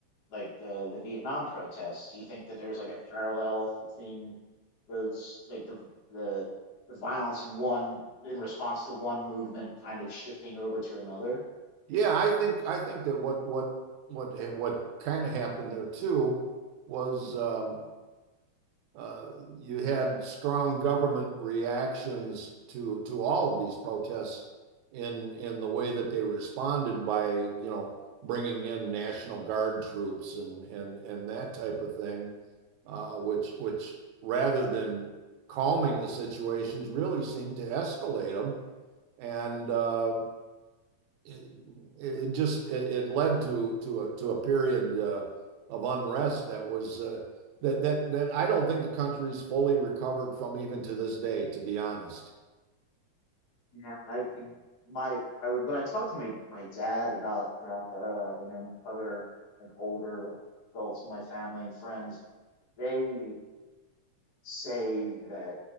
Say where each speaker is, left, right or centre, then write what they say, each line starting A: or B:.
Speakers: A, on the left; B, on the right.
A: like the the Vietnam protests. Do you think that there's like a parallel between those like the the the violence in one in response to one movement kind of shifting over to another?
B: Yeah, I think, I think that what, what, what, what kind of happened there too was um, uh, you had strong government reactions to to all of these protests in in the way that they responded by, you know, bringing in National Guard troops and and and that type of thing, uh, which which rather than calming the situations, really seemed to escalate them and uh, it, it just it, it led to to a to a period uh, of unrest that was uh, that that that I don't think the country's fully recovered from even to this day, to be honest.
A: Yeah, I think my I would when I talked to my my dad about that era and then other like older adults in my family and friends, they say that